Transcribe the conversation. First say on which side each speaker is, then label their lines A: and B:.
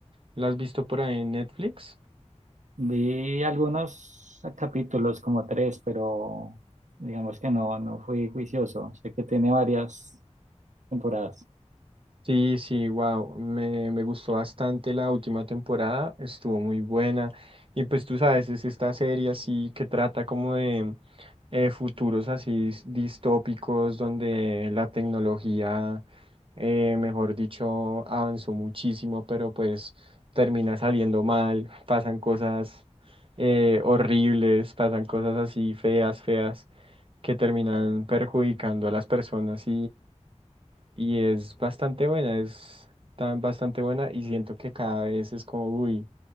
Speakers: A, on the right (about 45°); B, on the right (about 85°).
A: la has visto por ahí en Netflix.
B: Vi algunos capítulos, como tres, pero digamos que no, no fui juicioso. Sé que tiene varias temporadas.
A: Sí, sí, wow, me, me gustó bastante la última temporada, estuvo muy buena. Y pues tú sabes, es esta serie así que trata como de eh, futuros así s- distópicos donde la tecnología, eh, mejor dicho, avanzó muchísimo, pero pues termina saliendo mal, pasan cosas eh, horribles, pasan cosas así feas, feas, que terminan perjudicando a las personas y es bastante buena, es tan bastante buena y siento que cada vez es como, uy,